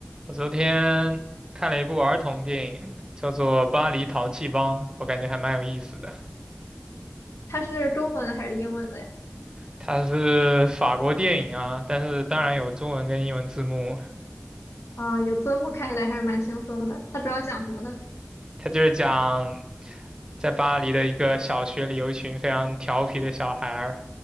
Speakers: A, on the right; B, on the left.
A: 我昨天看了一部儿童电影，叫做《巴黎淘气帮》，我感觉还蛮有意思的。
B: 它是中文的还是英文的呀？
A: 它是法国电影啊，但是当然有中文跟英文字幕，
B: 啊，有字幕看起来还是蛮轻松的。它主要讲什么呢？
A: 他就是讲在巴黎的一个小学里有一群非常调皮的小孩儿，